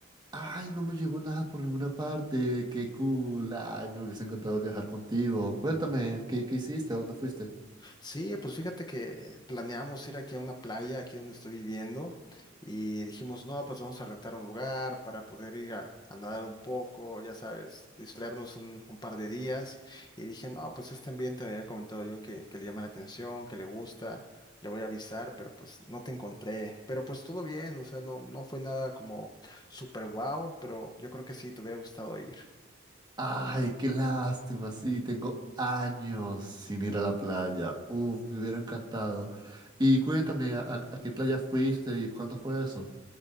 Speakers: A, on the right (about 20°); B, on the left (about 20°).
A: Ay, no me llegó nada por ninguna parte, qué cool. Ay, me hubiese encantado viajar contigo. Cuéntame, ¿qué, qué hiciste? ¿A dónde fuiste?
B: Sí, pues fíjate que planeamos ir aquí a una playa, aquí donde estoy viviendo, y dijimos, no, pues vamos a rentar un lugar para poder ir a, a nadar un poco, ya sabes, distraernos un, un par de días. Y dije, no, pues este ambiente me había comentado yo que, que le llama la atención, que le gusta, le voy a avisar, pero pues no te encontré. Pero pues todo bien, o sea, no, no fue nada como super wow, pero yo creo que sí, te hubiera gustado ir.
A: Ay, qué lástima, sí, tengo años sin ir a la playa. Uf, me hubiera encantado. Y cuéntame, ¿a, a- a qué playa fuiste y cuándo fue eso?